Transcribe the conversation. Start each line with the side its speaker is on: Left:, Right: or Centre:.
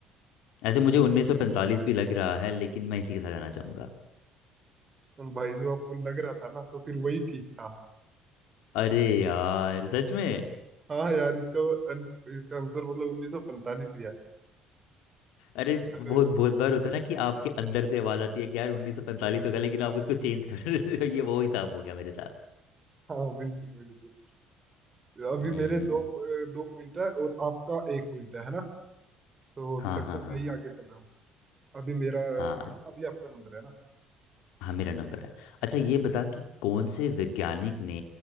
Left: ऐसे मुझे 1945 भी लग रहा है लेकिन मैं इसी के साथ जाना चाहूँगा
Right: भाई जो आपको लग रहा था ना तो फिर वही ठीक था
Left: अरे यार सच में
Right: हाँ यार इसका अन- इसका आंसर मतलब उन्नीस सौ पैंतालीस ही है
Left: अरे बहुत
Right: अरे
Left: बहुत बार होता है ना कि आपके अंदर से आवाज आती है कि यार उन्नीस सौ पैंतालीस होगा लेकिन आप उसको चेंज कर रहे हो ये वो हिसाब हो गया मेरे साथ
Right: हाँ बिल्कुल बिल्कुल अभी
Left: हम्म
Right: मेरे दो दो पॉइंट है और आपका एक पॉइंट है है ना तो अभी
Left: हाँ
Right: तक
Left: हाँ
Right: तो
Left: हाँ
Right: मैं ही आगे चल रहा हूँ अभी मेरा
Left: हाँ हाँ
Right: हाँ अभी आपका नंबर है ना
Left: हाँ मेरा नंबर है अच्छा ये
Right: हम्म,
Left: बता कि कौन से वैज्ञानिक ने